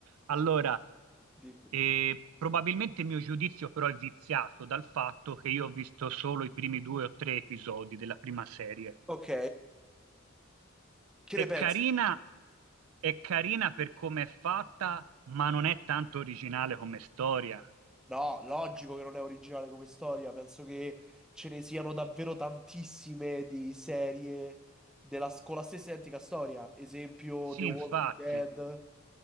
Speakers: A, on the right; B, in the centre.
A: Allora,
B: dimmi.
A: eh, probabilmente il mio giudizio però è viziato dal fatto che io ho visto solo i primi due o tre episodi della prima serie.
B: Ok, che
A: È
B: ne pensi?
A: carina, è carina per come è fatta, ma non è tanto originale come storia.
B: No, logico che non è originale come storia, penso che ce ne siano davvero tantissime di serie della, s- con la stessa identica storia. Esempio,
A: Sì,
B: The Walking
A: infatti.
B: Dead,